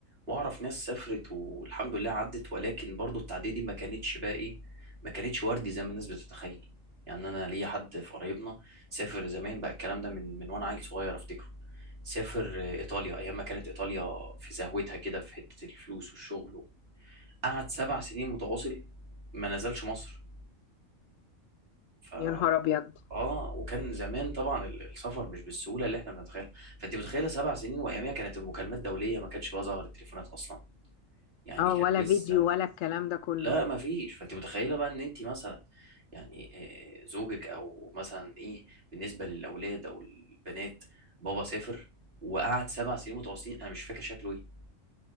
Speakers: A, on the right; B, on the left.
A: واعرف ناس سافرت والحمد لله عدت ولكن برضو التعدية دي ما كانتش بقى ايه ما كانتش وردي زي ما الناس بتتخيل يعني انا ليا حد في قرايبنا سافر زمان بقى الكلام ده من من وانا عيل صغير افتكره سافر آه، ايطاليا ايام ما كانت ايطاليا في زهوتها كده في حتة الفلوس والشغل قعد سبع سنين متواصل ما نزلش مصر ف
B: يا نهار ابيض
A: اه وكان زمان طبعا ال- السفر مش بالسهوله اللي احنا بنتخيلها فانت متخيله سبع سنين واياميها كانت المكالمات دوليه ما كانش بقى ظهر التليفونات اصلا يعني
B: اه
A: كان
B: ولا
A: لسه
B: فيديو ولا الكلام ده كله
A: لا ما فيش فانت متخيله بقى ان انت مثلا يعني آه، زوجك او مثلا ايه بالنسبه للاولاد او البنات بابا سافر وقعد سبع سنين متواصلين انا مش فاكر شكله ايه